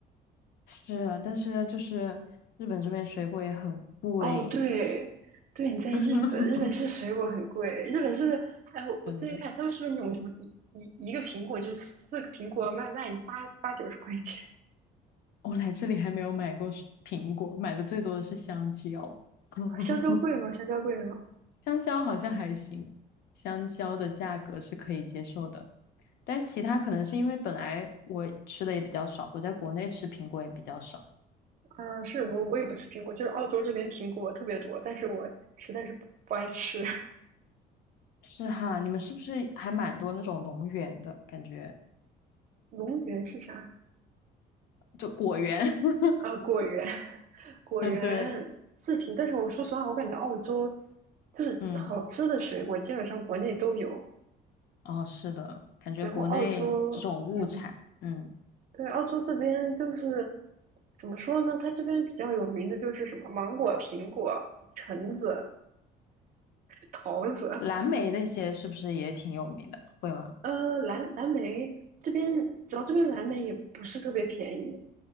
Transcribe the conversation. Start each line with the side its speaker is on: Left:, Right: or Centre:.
Left: 是啊，但是就是日本这边水果也很贵，
Right: 哦，对，对，你在日本，
Left: <laughs>
Right: 日本是水果很贵，日本是，哎，我我最近看他们是不是那种什么一一一个苹果就是四个苹果卖卖你八八九十块钱，
Left: 真的。我来这里还没有买过水苹果，买的最多的是香蕉。<laughs>
Right: <laughs> 香蕉贵吗？香蕉贵吗？
Left: 香蕉好像还行，香蕉的价格是可以接受的，但其他可能是因为本来我吃的也比较少，我在国内吃苹果也比较少。
Right: 嗯、是我我也不吃苹果，就是澳洲这边苹果特别多，但是我实在是不不爱吃。
Left: 是哈，你们是不是还蛮多那种农园的感觉？
Right: <laughs> 龙源是啥？
Left: 就果园？<laughs>
Right: 啊，果园，<laughs> 果园是挺，
Left: 嗯，对，
Right: 但是我说实话，我感觉澳洲就是好吃的水果基本上国内都有，
Left: 嗯，哦，是的，感觉国内这种物产，
Right: 然后澳洲。嗯，
Left: 嗯，
Right: 对，澳洲这边就是怎么说呢？它这边比较有名的就是什么芒果、苹果、橙子、桃子，
Left: 蓝莓那些是不是也挺有名的？会吗？
Right: 呃，蓝蓝莓这边主要这边蓝莓也不是特别便宜，